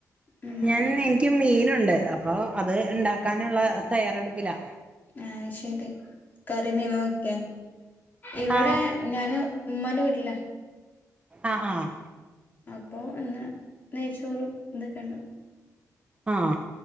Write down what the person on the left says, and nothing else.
ഉം
ആ അത് ശെരി കറി മീൻ വെക്ക ഇവടെ
ഇ ഞാന് ഇമ്മാന്റെ വീട്ടില
അപ്പോ ഇന്ന് നെയ്ച്ചോറും ഇതൊക്കെണ്ട്